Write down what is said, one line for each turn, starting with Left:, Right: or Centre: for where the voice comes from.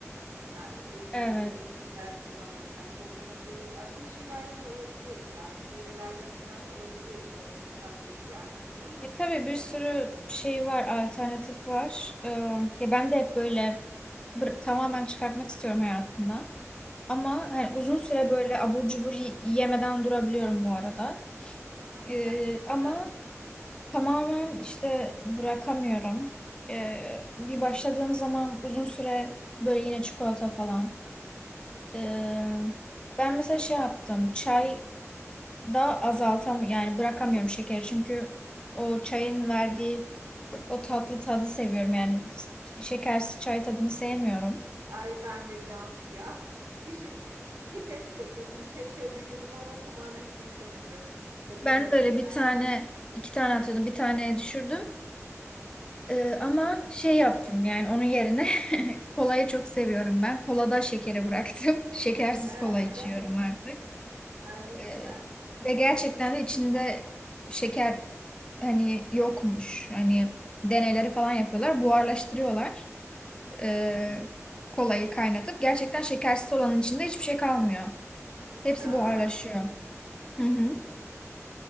Right: yani o yüzden
Left: Evet.
Right: de şeker kullanmasak doğru sonuçta iyi. Aslında şeylerden de alabiliyoruz ya. Meyvelerden falan da alabiliyoruz aslında tatlı ihtiyacımız ama.
Left: Ya tabii bir sürü şey var, alternatif var. Ee, ya ben de hep böyle bır- tamamen çıkartmak istiyorum hayatımdan. Ama hani
Right: Hı hı,
Left: uzun süre böyle abur cubur y- yemeden durabiliyorum bu arada.
Right: hı hı.
Left: Ee,
Right: Ay ne güzel.
Left: ama Tamamen işte bırakamıyorum. Ee, bir başladığım zaman uzun süre böyle yine çikolata falan. Ee,
Right: Hı hı.
Left: ben mesela şey yaptım. Çay da azaltam yani bırakamıyorum şekeri çünkü o çayın verdiği o tatlı tadı seviyorum. Yani s- şekersiz çay tadını sevmiyorum.
Right: Ay ben de Cansu ya. <laughs> Düşün iki kaşık atıyordum bir kaşığa düşürdüm ama tamamen kesemedim. Yapamadım
Left: Ben de öyle
Right: yani.
Left: bir tane iki tane atıyordum. Bir taneye düşürdüm. Ee, ama şey yaptım yani onun yerine <laughs> kolayı çok seviyorum ben. Kolada şekeri bıraktım. <laughs> Şekersiz
Right: Eh.
Left: kola içiyorum artık.
Right: <laughs> Ay ne güzel.
Left: Ee, ve gerçekten de içinde şeker hani yokmuş. Hani deneyleri falan yapıyorlar. Buharlaştırıyorlar. Ee,
Right: Hı hı.
Left: kolayı kaynatıp. Gerçekten şekersiz olanın içinde hiçbir şey kalmıyor. Hepsi
Right: Aa,
Left: buharlaşıyor. Hı hı.
Right: hı.